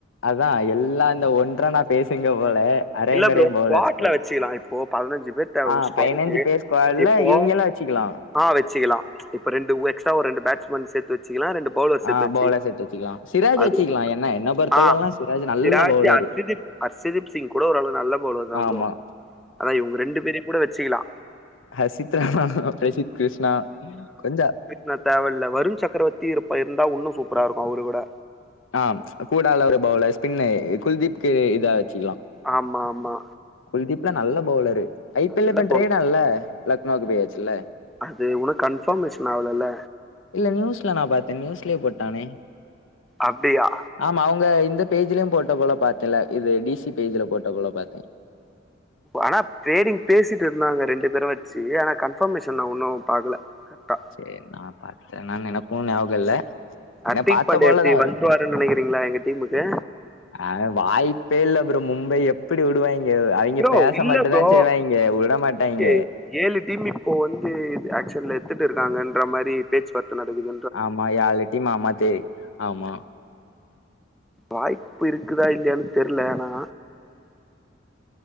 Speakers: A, on the left; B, in the centre.
A: அதா எல்லா இந்த ஒன்றனா பேசுங்க போல அரங்கொரையு
B: இல்ல ப்ரோ ஸ்குவாட்ல
A: பௌவுலர்ஸ் போல
B: வச்சுக்கலாம் இப்போ பதினஞ்சு பேர் தேவை
A: ஆ
B: ஒரு ஸ்குவாடுக்கு
A: பய்னஞ்சு பேர் ஸ்குவாட்ல
B: இப்போ
A: இவங்களு வச்சுக்கலா
B: ஆ வச்சிக்கலா இப்ப ரெண்டு எக்ஸ்ட்ரா ஒரு பேஸ்மன் சேத் வச்சுக்கலாம் ரெண்டு பவுலர் சேத்து
A: ஆ
B: வச்சுக்
A: பவுலர் சேத்து வச்சுக்கலா சிராஜ்
B: அது
A: வச்சுக்கலா
B: ஒண்ணு
A: என்ன என்ன பொறுத்தளவுலா
B: ஆ
A: சிராஜ் நல்ல
B: சிராஜ்சு
A: பவுலரு
B: அத் <inaudible> அர்ஷத்தீப்சிங் கூட ஓரளவு நல்ல பௌவுலர்தா
A: ஆமா
B: ப்ரோ அதா இவுங்க ரெண்டு பேரையும் கூட வச்சுக்கலா
A: ஹர்சித்ராம பிரசித் கிருஷ்ணா கொஞ்ச
B: நா தேவையில்ல வருண் சக்கரவர்த்தி இருப்ப இருந்தா உன்னு சூப்பராக இருக்கு அவரு கூட
A: ஆ கூடால ஒரு பௌவுலர் ஸ்பின்னு குல்தீப்கு இதா வச்சுக்கலா
B: ஆமா ஆமா
A: குல்தீப்லா நல்ல பௌவுலரு ஐ
B: நல்ல
A: பி எல்ல
B: பவுலரு
A: ட்ரேடா இல்ல லக்னோவுக்கு போயாச்சுல்ல
B: அது உன்னு கன்ஃபர்மேஷன் ஆவுலல்ல
A: இல்ல நியூஸ்ல நா பாத்தே நியூஸ்லே போட்டானே
B: அப்டியா
A: ஆமா அவுங்க இந்த பேஜ்லையு போட்ட போல பாத்தேல இது டி சி பேஜ்ல போட்ட போல பாத்தே
B: ஆனா பேரீங் பேசிட்டு இருந்தாங்க ரெண்டு பேரு வச்சு ஆனா கன்ஃபர்மேஷன் நா உன்னு பாக்கல க
A: செரி நான் பார்த்தேனானு எனக்கும் ஞாபகம் இல்ல ஏனா
B: அட்டிக்
A: பாத்த
B: பாண்டே
A: போலதா
B: எப்படி
A: ஒரு
B: வந்துருவருன்னு நினைக்கிறீங்களா எங்க டீமுக்கு
A: அ வாய்ப்பே இல்ல ப்ரோ மும்பை எப்படி விடுவாய்ங்க அவிங்க
B: ப்ரோ
A: பேச
B: இல்ல
A: மட்டும்
B: ப்ரோ
A: தான் செய்வாய்ங்க விட மாட்டாங்க
B: இல்லையே ஏழு டீம் இப்போ வந்து ஆக்க்ஷன்ல எத்துட்டு இருக்காங்கன்ற மாதிரி பேச்சுவார்த்தை நடக்குது
A: ஆமா யாலிட்டி மாமா தேக் ஆமா
B: வாய்ப்பு இருக்குதா இல்லையானு தெரியல ஆனா